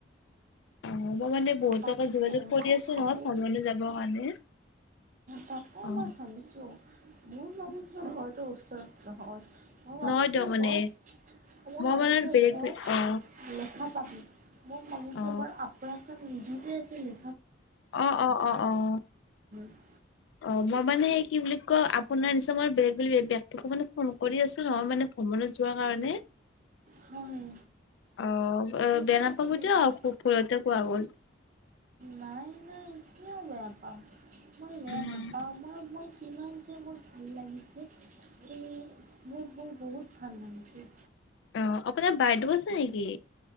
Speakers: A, on the left (about 70°); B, on the right (about 40°).
A: অ মই মানে বহুত
B: তাকে
A: যোগাযোগ কৰি
B: মই
A: আছো
B: ভাবো
A: নহয় <unintelligible> যাব হয়নে?
B: তাকে
A: অ
B: মই ভাবিছো মোৰ মানুহজন ঘৰত তো ওচৰত নহয়। মই ভাবছো
A: নহয় দিয়ক মানে
B: ঘৰ মই ভাবিছো
A: মানে বেলেগ
B: ঘৰ
A: অ
B: লেখা পাবি। মোক মনোজ
A: অ
B: ঘৰ আপ ভাজি আছিলো।
A: অ অ অ অ
B: <inaudible>
A: অ, মই মানে, সেই কি বুলি ক, আপোনাৰ নিচিনা মই বেলেগ, বেলেগ, ব্যক্তিকো মানে ফোন কৰি আছো নহয়, মানে ভ্ৰমণত যোৱা কাৰণে,
B: হয়
A: অ।
B: ঠিকে
A: বেয়া নাপাব
B: আছে ঠিক
A: দিওঁক
B: আছে।
A: আকৌ ভূলতে কোৱা গ'ল।
B: নাই নাই কিয় বেয়া পাম। মই বেয়া
A: উম
B: নাপাওঁ, মই, মই। কিমান যে মোৰ ভাল লাগিছে, এই মোৰ মোৰ বহুত ভাল লাগিছে।
A: অ', আপোনাৰ বাইদেউ আছে নেকি?